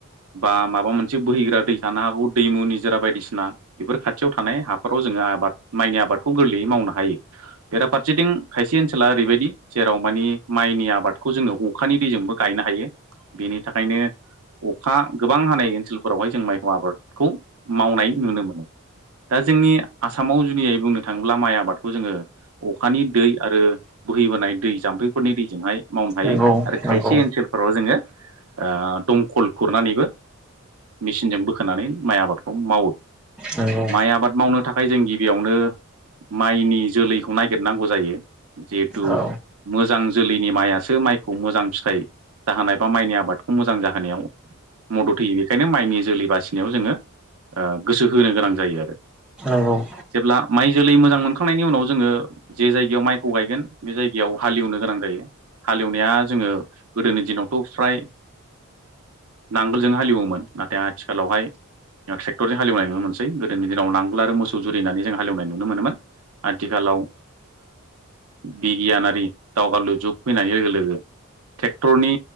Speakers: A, on the right (about 80°); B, in the centre.
A: बा माबा मोनसे बोहैग्रा दै थानो हागौ दैमु निजोरा बायदिसिना बेफोर खाथियाव थानाय हाफोराव जोङो आबाद माइनि आबादखौ गोरलैयै मावनो हायो। बेरा फारसेथिं खायसे ओनसोला ओरै बायदि जेराव मानि माइनि आबादखौ जोङो अ अखानि दैजोंबो गायनो हायो। बेनि थाखायनो अखा गोबां हानाय ओनसोलफोरावहाय जों माइ आबादखौ मावनाय नुनो मोनो। दा जोंनि आसामाव जुनियायै बुंनो थाङोब्ला माइ आबादखौ जोङो। अखानि दै आरो बोहैबोनाय दै जाम्फैफोरनि दैजोंहाय मावनो हायो।
B: नंगौ
A: आरो
B: नंगौ
A: खायसे ओनसोल फोराव जोङो ओ दमखल खुरनानैबो मेचिनजों बो खोनानै माइ आबादखौ मावो।
B: नंगौ
A: माइ आबाद मावनो थाखाय जों गिबियावनो माइनि जोलैखौ नागिरनांगौ जायो। जिहेथु
B: औ
A: मोजां जोलैनि माइआसो माइखौ मोजां फिथाइ जाहोनाय बा माइनि आबादखौ मोजां जाहोनायाव मदद होयो। बेखायनो माइनि जोलै बासि नियाव जोङो ओ गोसो होनो गोनां जायो आरो।
B: औ।
A: जेब्ला माइ जोलै मोजां मोनखांनायनि उनाव जोङो जे जायगायाव माइखौ गायगोन बे जायगायाव हालेवनो गोनां जायो। हालेवनाया जोङो गोदोनि दिनावथ' फ्राय नांगोलजों हालेवोमोन नाथाय आथिखालावहाय। ओ ट्रेक्टरजों हालेवनाय नुनो मोनसै। गोदोनि दिनाव नांगोल आरो मोसौ जुरिनानै जों हालेवनाय नुनो मोनोमोन। आथिखालाव ओ बिगियानारि दावगालु जुग फैनाय लोगो लोगो। ट्रेक्टरनि